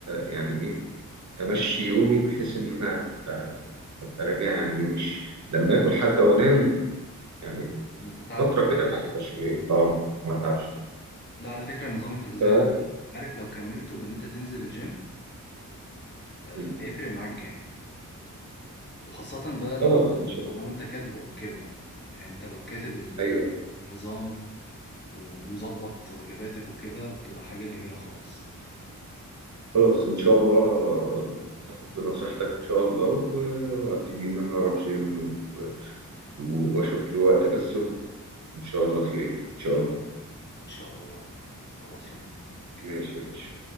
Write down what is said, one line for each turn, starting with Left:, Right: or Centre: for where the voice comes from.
Right: يعني ايه امشي يومي بحيث ان انا أ- ابقى راجع يعني ايه مش لما اكل حتى وانام يعني
Left: ما تتعبش
Right: فتره كده ما ابقاش ايه اه ما اتعبش
Left: لا على فكرة نظامك الغذائي
Right: ف
Left: كويس عارف لو كملت بان انت تنزل الجيم آه،
Right: مم.
Left: هيفرق معاك جامد وخاصة بقى لو
Right: خلاص ان شاء
Left: آه، لو
Right: الله
Left: انت كاتبه او كده يعني انت لو كاتب ال-
Right: ايوه
Left: النظام ومظبط وجباتك وكده بتبقى حاجة جميلة خالص
Right: خلاص ان شاء الله آه، هاخد بنصيحتك ان شاء الله و- وهبتدي ان انا اروح جيم واشوف له وقت بس وان شاء الله خير ان شاء الله
Left: ان شاء الله خلاص ربنا معاك.
Right: ماشي يا باشا